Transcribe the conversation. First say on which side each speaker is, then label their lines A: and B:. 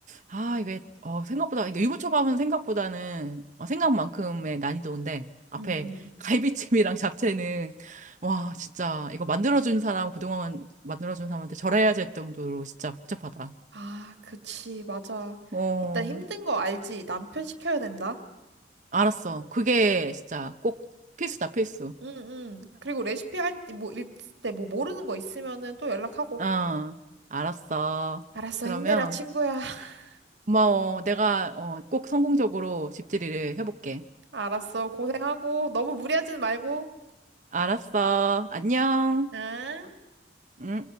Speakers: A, on the right; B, on the right.
A: 아, 이게, 어, 생각보다, 이게 유부초밥은 생각보다는, 어, 생각만큼의 난이도인데, 앞에
B: 응, 응.
A: 갈비찜이랑 잡채는, 와, 진짜, 이거 만들어준 사람, 그동안 만들어준 사람한테 절해야 될 정도로 진짜 복잡하다.
B: 아, 그치. 맞아.
A: 어,
B: 일단 힘든 거 알지. 남편 시켜야 된다.
A: 알았어. 그게 진짜 꼭 필수다, 필수.
B: 응, 응. 그리고 레시피 할 때, 뭐, 읽을 때, 뭐, 모르는 거 있으면은 또 연락하고.
A: 어, 알았어.
B: 알았어,
A: 그러면
B: 힘내라, 친구야. <laughs>
A: 고마워. 내가 어, 꼭 성공적으로 집들이를 해볼게.
B: 알았어, 고생하고. 너무 무리하지는 말고.
A: 알았어. 안녕.
B: 응?
A: 응.